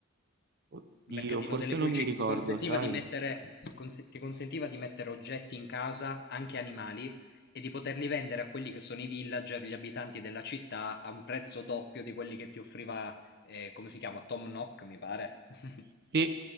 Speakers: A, on the right; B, on the left.
A: oddio,
B: Il mercatino
A: forse
B: delle pulci
A: non mi ricordo,
B: che ti consentiva
A: sai?
B: di mettere, cons- ti consentiva di mettere oggetti in casa, anche animali, e di poterli vendere a quelli che sono i villager, gli abitanti della città, a un prezzo doppio di quelli che ti offriva, eh, come si chiama, Tom Nook, mi pare. <laughs>
A: Sì,